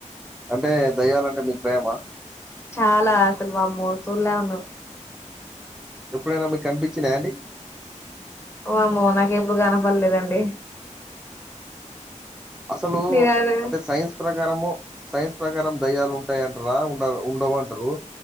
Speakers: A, in the centre; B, on the left.
A: అంటే దయ్యాలంటే మీకు భేమా
B: చాలా అసలు వామ్మోడు చూల్లఉను
A: ఎప్పుడైనా మీకు కనిపించినాయాండి
B: వామ్మో నాకెప్పుడు కనపడలేదండి
A: అసలు
B: నేను అది
A: అంటే సైన్స్ ప్రకారము సైన్స్ ప్రకారం దయ్యాలు ఉం ఉంటాయంటార ఉండ ఉండవుంటారు